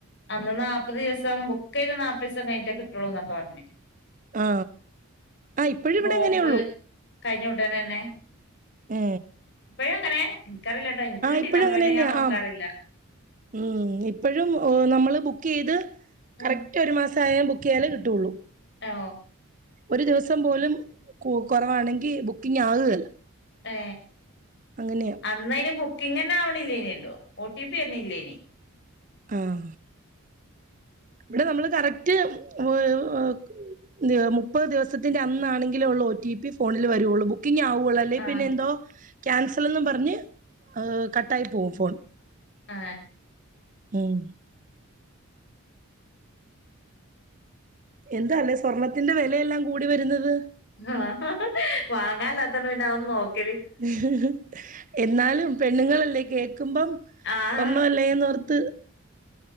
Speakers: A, on the left; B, on the right.
A: അന്ന് നാല്പ്പത് ദിവസം ബുക്ക് ചെയ്ത് നാല്പ്പത് ദിവം കഴിട്ടേ കിട്ടുള്ളൂ എന്നൊക്കെ പറഞ്ഞേ
B: ആ ആ ഇപ്പോഴും ഇവിടെ
A: നോമ്പ്
B: എങ്ങനെ ഉള്ളൂ
A: കഴിഞ്ഞ ഉട്ടനെ തന്നെ
B: ഏ
A: ഇപ്പഴ അങ്ങനെ എനിക്കറിയില്ലട്ടോ എനിക്ക് കിട്ടിനു
B: ഇപ്പോഴും
A: അപ്പ
B: അങ്ങനെ
A: പിന്നെ
B: തന്നെയാ
A: ഞാൻ നോക്കാറിയില്ല
B: ആ ഉം ഇപ്പോഴും നമ്മള് ബുക്ക് ചെയ്ത്
A: ഉം
B: കറക്റ്റ് റ്റ് ഒരു മാസ ആയാ ബുക്ക് ചെയ്യാലോ കിട്ടോയുള്ളൂ
A: ഓ
B: ഒരു ദിവസം പോലും കു കുറവാണെങ്കിൽ ബുക്കിംഗ ആകുകല്ല
A: ഏ
B: അങ്ങനെയാ
A: അന്നയിന് ബുക്കിംഗ് തന്നെ ആണില്ലേനല്ലോ ഒ ടി പി വരുന്നില്ലന്നു
B: ആഹ ഇവിടെ നമ്മള് കറക്റ്റ് <unintelligible> <unintelligible> മുപ്പത് ദിവസത്തിന്റെ അന്നാണെങ്കില ഉള്ള ഒ ടി പി ഫോണിൽ വരുയുള്ളൂ ബുക്കിംഗ ആവുള്ള അല്ല
A: ആഹ്
B: പിന്നെ എന്തോ ക്യാൻസൽന്ന് പറഞ്ഞ് ഹെ കട്ടായി പോകും ഫോൺ
A: ഏഹ
B: ഉം എന്താ ല്ലേ സ്വർണ്ണത്തിന്റെ വിലയെല്ലാം കൂടി വരുന്നത്
A: ആ വാങ്ങാനല്ലാത്തോണ്ട്‌ പിന്നെഅഹോന്നും നോക്ക
B: ഹ് ഹ് എന്നാലും പെണ്ണുങ്ങളല്ലേ കേൾക്കുമ്പം
A: ആഹ്
B: സ്വർണ്ണ അല്ലേന്ന്ർത്ത്